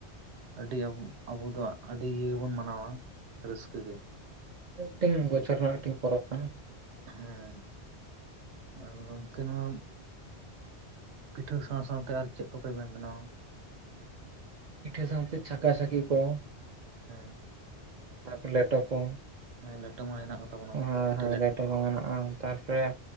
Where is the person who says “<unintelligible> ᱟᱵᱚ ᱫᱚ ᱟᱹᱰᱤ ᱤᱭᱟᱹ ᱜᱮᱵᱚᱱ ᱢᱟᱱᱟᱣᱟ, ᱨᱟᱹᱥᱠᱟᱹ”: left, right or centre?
Right